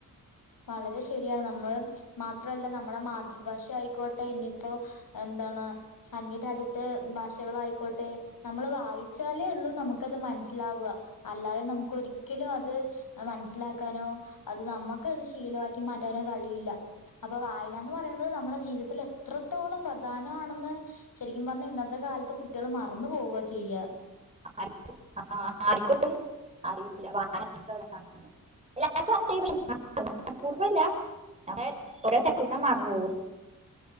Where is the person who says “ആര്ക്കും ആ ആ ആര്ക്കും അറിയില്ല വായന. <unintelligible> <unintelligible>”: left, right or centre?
Right